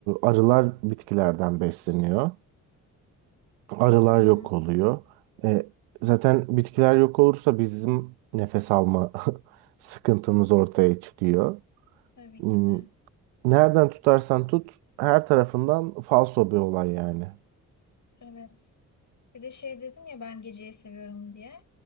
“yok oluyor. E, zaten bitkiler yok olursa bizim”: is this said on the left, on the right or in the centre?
Right